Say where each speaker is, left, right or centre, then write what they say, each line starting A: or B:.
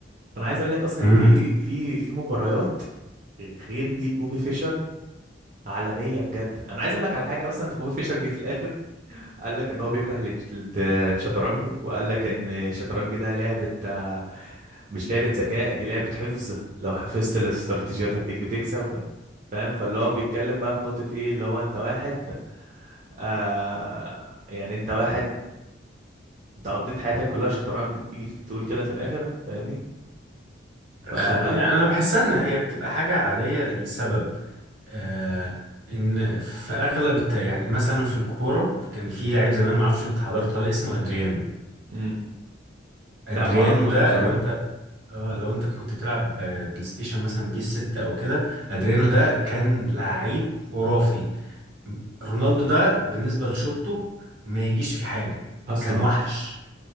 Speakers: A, on the right; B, on the right.
A: انا عايز اقول لك اصلا
B: امم
A: ان في في في مباريات غير دي لبوبي فيشر عالميه بجد انا عايز اقول لك على حاجه اصلا ان بوبي فيشر جه في الاخر قال لك ان هو بيكره الات- الد- الشطرنج وقال لك ان الشطرنج ده لعبه آه، مش لعبه ذكاء دي لعبه حفظ لو حفظت الاستراتيجيات هتلاقيك بتكسب فاهم فاللي هو بيتكلم بقى في نقطه ايه اللي هو انت واحد آه يعني انت واحد انت قضيت حياتك كلها شطرنج تيجي تقول كده في الاخر فاهمني فلا
B: خ... يعني انا بحسها ان هي بتبقى حاجة عادية لسبب آه ان في اغلب الت... يعني مثلا في الكوره كان في لعيب زمان ما اعرفش انت حضرته ولا اسمه ادريانو
A: امم
B: ادريانو
A: لا ما اعرفوش
B: ده
A: بصراحه
B: لو انت اه لو انت كنت بتلعب ب- بلاي ستيشن مثلا بيس 6 او كده ادريانو ده كان لعيب خرافي رونالدو ده بالنسبه لشوطه ما يجيش في حاجه
A: اصلا
B: كان وحش